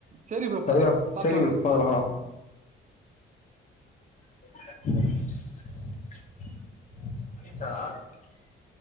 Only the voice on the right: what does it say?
சரி ப்ரோ
பாக்கலா